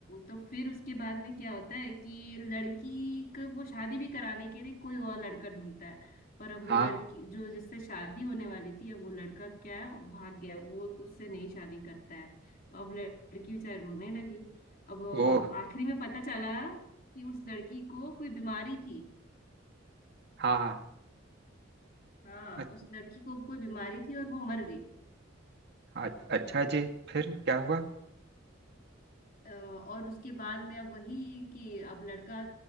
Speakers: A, on the left (about 50°); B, on the right (about 60°).
A: तो फिर उसके बाद में क्या होता है कि लड़की को वो शादी भी कराने के लिए कोई और लड़का ढूंढता है पर अब वो
B: हाँ
A: लड़की जो जिससे शादी होने वाली थी अब वो लड़का क्या है वो भाग गया वो उससे नहीं शादी करता है तो अब लड़की बेचारी रोने लगी अब अ,
B: वो
A: आखिरी में पता चला कि उस लड़की को कोई बीमारी थी
B: हाँ हाँ
A: हाँ
B: अच्छ-
A: उस लड़की को कोई बीमारी थी और वो मर गई
B: हाँ, अच्छा जी फिर क्या हुआ
A: अ, और उसके बाद में अब वही कि अब लड़का